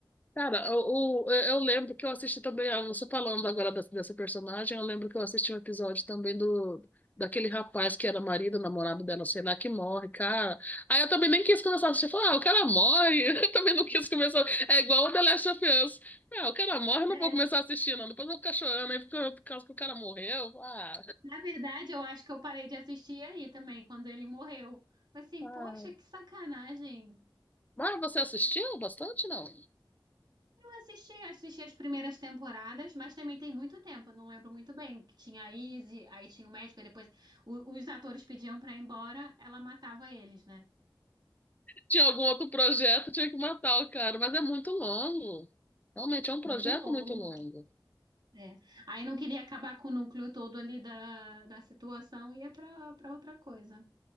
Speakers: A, on the left; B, on the right.
A: Cara, o, o- eu lembro que eu assisti também, ah, você falando agora dessa, dessa personagem, eu lembro que eu assisti um episódio também do daquele rapaz que era marido, namorado dela, sei lá, que morre, cara. Aí eu também nem quis começar a assistir, falar, ah, o cara morre, <laughs> eu também não quis começar, é igual o The Last of Us. Ah, o cara morre, eu não
B: É,
A: vou começar a assistir, não, depois eu vou ficar chorando aí por, por causa que o cara morreu, ah.
B: na verdade, eu acho que eu parei de assistir aí também, quando ele morreu. Mas assim,
A: Ai.
B: poxa, que sacanagem.
A: Mas você assistiu bastante, não?
B: Eu assisti, assisti as primeiras temporadas, mas também tem muito tempo, eu não lembro muito bem. Que tinha a Izzy, aí tinha o médico, e depois o- os atores pediam pra ir embora, ela matava eles, né?
A: Tinha algum outro projeto, tinha que matar o cara, mas é muito longo. Realmente é um projeto
B: Muito longo.
A: muito longo.
B: É. Aí não queria acabar com o núcleo todo ali da, da situação, ia para para outra coisa.